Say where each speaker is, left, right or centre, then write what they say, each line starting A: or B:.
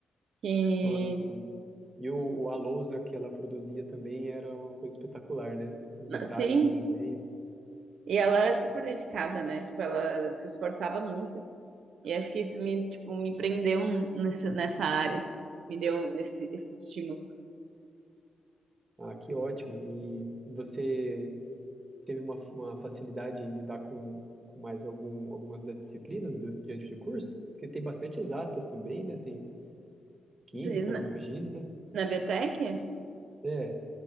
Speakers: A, on the right; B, on the right.
A: que...
B: Nossa, sim. E o, o- a lousa que ela produzia também era uma coisa espetacular, né? Os detalhes,
A: na- Sim,
B: os desenhos.
A: e ela era super dedicada, né? Tipo, ela se esforçava muito. E acho que isso me, tipo, me prendeu nesse- nessa área, assim. Me deu esse, esse estímulo.
B: Ah, que ótimo. E, e você teve uma, uma facilidade em lidar com, com mais algum, algumas das disciplinas do, diante do curso? Porque tem bastante exatas também, né? Tem química,
A: Tu diz
B: eu
A: Na,
B: imagino, né?
A: na biotech?
B: É.